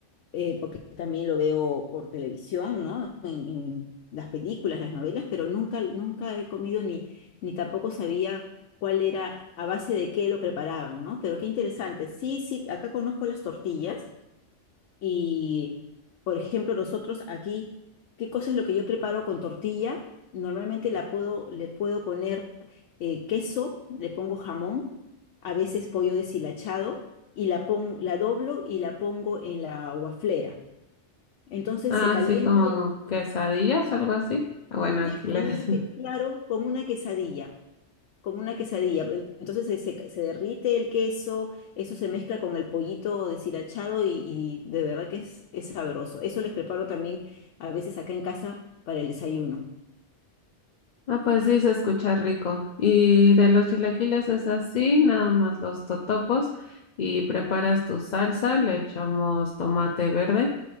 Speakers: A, on the left; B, on the left.
A: eh, porque también lo veo por televisión, ¿no? En, en las películas, las novelas, pero nunca, nunca he comido ni, ni tampoco sabía cuál era, a base de qué lo preparaban, ¿no? Pero qué interesante. Sí, sí, acá conozco las tortillas y, por ejemplo, nosotros aquí, ¿qué cosa es lo que yo preparo con tortilla? Normalmente la puedo, le puedo poner eh, queso, le pongo jamón, a veces pollo deshilachado y la, pon- la doblo y la pongo en la guaflera. Entonces
B: Ah,
A: se calienta,
B: sí, como
A: y-
B: quesadillas, algo así. Ah, Bueno, aquí
A: sí, como
B: le <laughs> decimos.
A: una, que- claro, como una quesadilla, como una quesadilla. Pe- Entonces se, se, se derrite el queso, eso se mezcla con el pollito deshilachado y, y de verdad que es, es sabroso. Eso les preparo también a veces acá en casa para el desayuno.
B: Ah, pues sí, se escucha rico. Y de los chilaquiles es así, nada más los totopos. Y preparas tu salsa, le echamos tomate verde,